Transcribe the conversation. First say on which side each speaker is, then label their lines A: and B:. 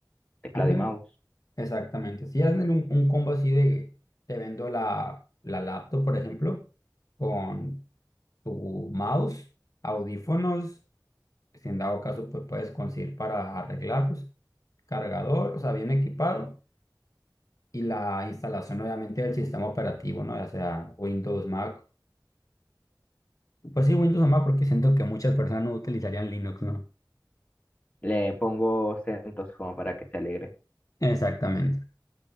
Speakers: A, on the left (about 20°); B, on the left (about 50°).
A: teclado
B: Ándale,
A: y mouse.
B: exactamente. Si hacen un, un combo así de te vendo la, la laptop, por ejemplo, con tu mouse, audífonos, si en dado caso pues puedes conseguir para arreglarlos, cargador, o sea, bien equipado y la instalación obviamente del sistema operativo, ¿no? Ya sea Windows, Mac. Pues sí, Windows o Mac porque siento que muchas personas no utilizarían Linux, ¿no?
A: Le pongo centos como para que se alegre.
B: Exactamente.